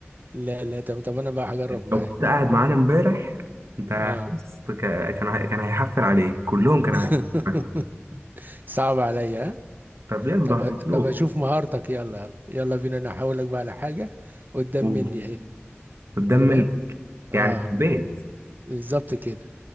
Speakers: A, on the right (about 45°); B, on the right (about 85°).
A: لا لا تمام طب انا بقى هجرب معاك
B: لو كنت قاعد معانا امبارح انت
A: اه
B: بص ك- كان هي- كان هيحفل عليك كلهم كانوا
A: <laughs>
B: هيحفل عليك
A: صعب عليا ها؟
B: طب يلا
A: طب
B: نشوف
A: طب اشوف مهارتك يلا يلا يلا بينا انا هقول لك بقى على حاجه قدام
B: قول.
A: مني اهي
B: قدام
A: تمام
B: من
A: اه
B: يعني في البيت
A: بالظبط كده